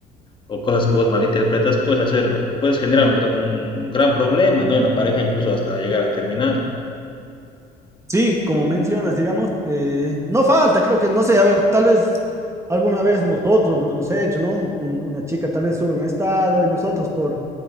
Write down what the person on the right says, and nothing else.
Sí, como mencionas, digamos, eh, no falta, creo que, no sé, a ver, tal vez alguna vez nosotros lo hemos hecho, ¿no? Un- una chica tal vez sube un estado y nosotros por,